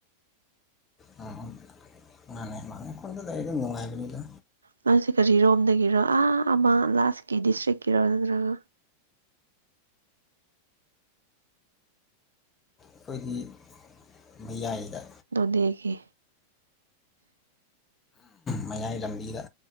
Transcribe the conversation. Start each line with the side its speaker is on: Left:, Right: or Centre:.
Left: ꯑꯥ ꯑꯥ ꯃꯥꯥꯟꯅꯦ ꯃꯥꯟꯅꯦ ꯈꯨꯟꯗ ꯂꯩꯔꯗꯤ ꯅꯨꯡꯉꯥꯏꯕꯅꯤꯗ
Right: ꯅꯪꯁꯤ ꯀꯔꯤꯔꯣꯝꯗꯒꯤꯔꯣ ꯑꯥ ꯑꯃ ꯂꯥꯁꯀꯤ ꯗꯤꯁꯇ꯭ꯔꯤꯛꯀꯤꯔꯣ ꯅꯠꯇ꯭ꯔꯒ
Left: ꯑꯩꯈꯣꯏꯒꯤ ꯃꯌꯥꯏꯗ
Right: ꯅꯣꯟꯅꯦꯒꯤ
Left: ꯃꯌꯥꯏ ꯂꯝꯕꯤꯗ